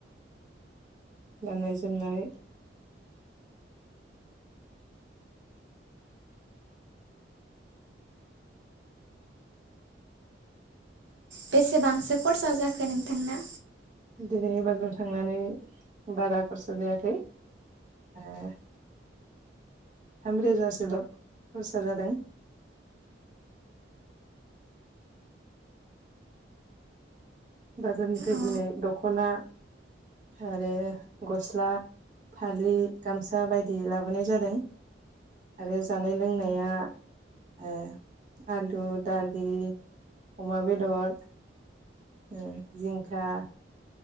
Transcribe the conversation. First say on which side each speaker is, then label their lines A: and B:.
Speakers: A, on the right; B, on the right.
A: गाननाय जोमनाय
B: बेसेबांसो खरसा जाखो नोंथांना?
A: दिनैनि बाजाराव थांनानै बारा खरसा जायाखै ओ थामरोजासोल' खरसा जादों। बाजारनिफ्राय
B: अ
A: दिनै दख'ना आरो गस्ला फालि गामसा बायदि लाबोनाय जादों आरो जानाय लोंनाया ओ आलु दालि अमा बेदर ओ जिंखा